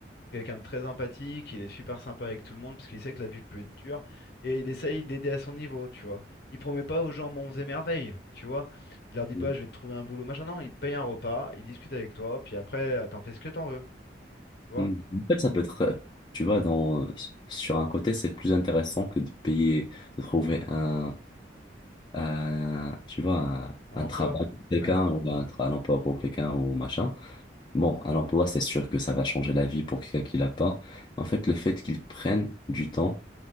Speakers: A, on the left; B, on the left.
A: C'est Quelqu'un de très empathique. Il est super sympa avec tout le monde parce qu'il sait que la vie peut être dure. Et il essaye d'aider à son niveau, tu vois. Il promet pas aux gens monts et merveilles, tu vois. Il leur dit
B: Mm.
A: pas, je vais te trouver un boulot, machin. Non, il te paye un repas. Il discute avec toi. Puis après, euh, t'en fais ce que t'en veux. Tu vois.
B: Mm. En fait, ça peut être, euh, tu vois, dans, sur un côté, c'est plus intéressant que de payer, de trouver un, euh, tu vois, un,
A: Un
B: un
A: emploi.
B: Mhm. travail pour quelqu'un
A: Ouais.
B: ou un, tra- un emploi pour quelqu'un ou machin. Bon, un emploi, c'est sûr que ça va changer la vie pour quelqu'un qui l'a pas. En fait, le fait qu'ils prennent du temps,